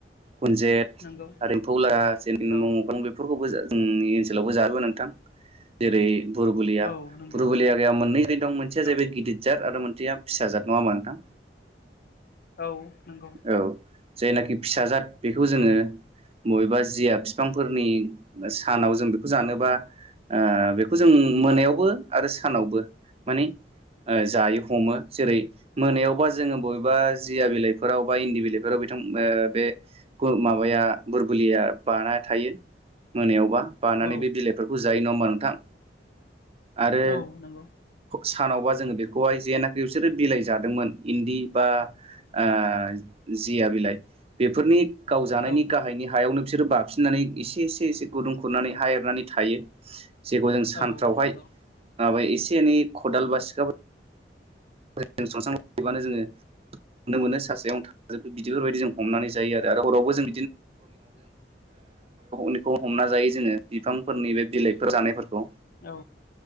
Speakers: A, on the right; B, on the left.
A: गुनजेत
B: नंगौ
A: आरो एम्फौ ला जेन <unintelligible>
B: औ
A: बेफोरखौबो जोंनि ओनसोलावबो जाजोबो नोंथां जेरै बुरबलिया
B: औ नंगौ
A: बुबलियाया मोननै जात दं मोनसेया
B: औ
A: जाहैबाय गिदिर जार आरो मोनसेया फिसा जाद नङा होनबा नोंथां?
B: औ नंगौ
A: औ जायनाखि फिसा जाद बेखौ जोङो बबेबा जिया बिफांफोरनि सानाव जों बेखौ जानोबा ओ बेखौ जों मोनायावबो आरो सानावबो मानि ओ जायो हमो। जेरै मोनायावबा जोङो बबेबा जिया बिलाइ फोराव बा इन्दि बिलफोराव बिथां बे माबाया बुरबुलिया बाना थायो। मोनायावबा बानानै
B: औ
A: बे बिलाइफोरखौ जायो नङा होमबा नोंथां। आरो
B: औ नंगौ
A: सानावबा जोङो बेखौहाय जेन बिसोरो बिलाइ जादोंमोन इन्दि बा आ जिया बिलाइ बेफोरनि गाव जानायनि
B: औ
A: गाहायनि हायावनो बिसोरो बाफिननानै एसे एसे एसे गुदुं खुरनानै हा एरनानै थायो। जेखौ जों सानफ्रावहाय
B: औ नंगौ
A: माबाय एसे एनै खदाल बा सिखा फोरजों सनस्रांबानो जोङो नुनो मोनो सासायावनो थाजोब बिदिफोरबायदि जों हमनानै जायो आरो हरावबो जों <unintelligible> ओ <unintelligible> हमना जायो जोङो बिफांफोरनि बे बिलाइफोर जानायफोरखौ।
B: औ